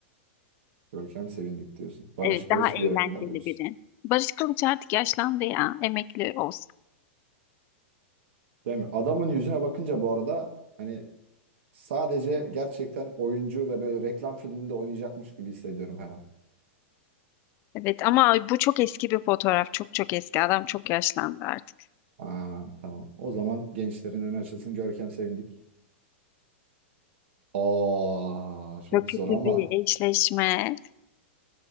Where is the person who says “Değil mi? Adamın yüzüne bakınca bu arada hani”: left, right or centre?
Right